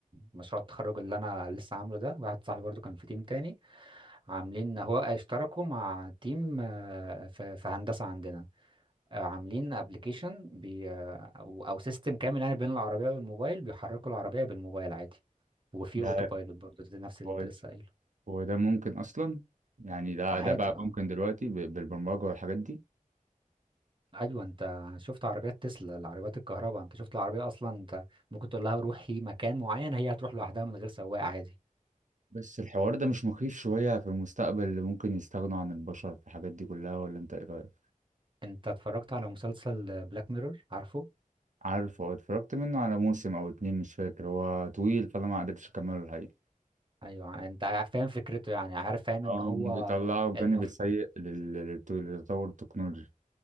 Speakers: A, on the right; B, on the right.
A: مشروع التخرج اللي انا لسه عامله ده واحد صاحبي برضه كان في تيم تاني عاملين هو اشتركوا مع تيم آه، في في هندسه عندنا آه، عاملين ابلكيشن بي آه، او أو سيستم كامل يعني بين العربيه والموبايل بيحركوا العربيه بالموبايل عادي وفي
B: ده
A: اوتو بايلوت برضه ده نفس اللي
B: هو
A: انت لسه قايله
B: هو ده ممكن أصلا يعني ده
A: عادي
B: ده بقى
A: اه
B: ممكن دلوقتي ب- بالبرمجة والحاجات دي
A: ايوه انت شفت عربيات تسلا العربيات الكهرباء انت شفت العربيه اصلا انت ممكن تقول لها روحي مكان معين هي هتروح لوحدها من غير سواق عادي
B: بس الحوار ده مش مخيف شوية في المستقبل اللي ممكن يستغنوا عن البشر في الحاجات دي كلها ولا انت ايه رأيك؟
A: انت اتفرجت على مسلسل بلاك ميرور عارفه
B: عارف هو اتفرجت منه على موسم أو اتنين مش فاكر هو طويل فأنا ما قدرتش أكمله الحقيقة
A: ايوه انت عارف- فاهم فكرته يعني عارف فاهم
B: اه
A: ان هو
B: بيطلعوا الجانب
A: المف...
B: السيء لل- للت- للتطور التكنولوجي